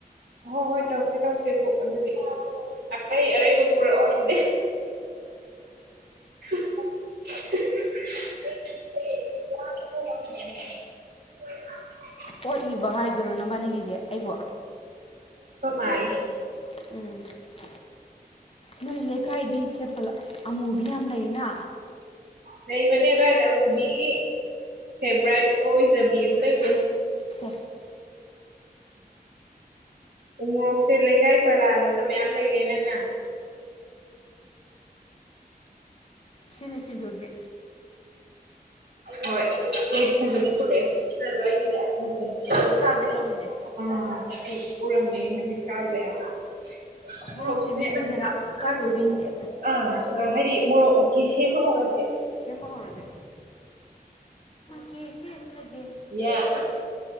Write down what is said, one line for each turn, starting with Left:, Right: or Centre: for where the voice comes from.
Right: ꯍꯣꯏ ꯍꯣꯏ ꯇꯧꯁꯦ ꯇꯧꯁꯦꯕ ꯑꯗꯨꯗꯤ ꯑꯔꯩ ꯑꯔꯩꯕ ꯄꯨꯔꯛꯑꯣ ꯑꯗꯨꯗꯤ <inaudible> <inaudible>
Left: ꯑꯣꯣꯠꯂꯤꯕ ꯍꯥꯏꯗꯨꯔꯣ ꯅꯕꯥꯅꯤꯒꯤꯁꯦ ꯑꯩꯕꯣ
Right: ꯄꯃꯥꯟ
Left: ꯎꯝ ꯅꯣꯏ ꯂꯩꯀꯥꯏꯗꯤ ꯆꯦꯠꯄꯂ ꯑꯃꯨꯕꯤ ꯌꯥꯝ ꯂꯩꯅ
Right: ꯂꯩꯕꯅꯦ ꯑꯗꯨꯋꯥꯏꯗ ꯑꯃꯨꯕꯤꯒꯤ ꯐꯦꯕꯔꯥꯏꯠ ꯑꯣ ꯏꯖꯕꯤ ꯑꯃ ꯂꯩꯕ
Left: ꯁ
Right: ꯎꯃꯣꯔꯣꯛꯁꯦ ꯂꯩꯀꯥꯏ ꯄꯔꯥꯜꯂꯒ ꯃꯌꯥꯝ ꯂꯩꯔꯦ ꯅꯪꯅ
Left: ꯁꯤꯅ ꯁꯤꯡꯖꯨꯒꯤ
Right: ꯍꯣꯏ ꯄꯦꯠ ꯐꯖꯕꯤ ꯄꯨꯔꯦ ꯔꯖꯋꯥꯏ ꯁ
Left: ꯕꯤꯁꯥꯜꯗꯩ
Right: ꯂ
Left: ꯂꯧꯔꯤꯅꯦ
Right: ꯎ ꯄꯨꯔ ꯃꯅꯤ ꯏꯅ ꯁꯥꯖꯦ ꯍꯥꯎ
Left: ꯃꯣꯔꯣꯛꯁꯤ
Right: ꯁꯤꯃꯦ
Left: ꯃꯦꯠꯂꯁꯤꯔꯥ
Right: ꯃꯖꯤꯔ ꯀꯥꯏ
Left: ꯀꯥꯏꯗꯣꯏꯃꯤꯅꯦ
Right: ꯀ ꯑꯥ ꯍꯥꯏꯗꯤ ꯃꯣꯔꯣꯛꯀꯤ ꯁꯦꯝꯕ ꯍꯧꯔꯁꯦ
Left: ꯁꯦꯝꯦꯡꯦꯝꯕ ꯍꯔꯣꯖꯦ ꯀꯦ ꯁꯤ ꯑ ꯂꯩꯒꯦ
Right: ꯌꯥ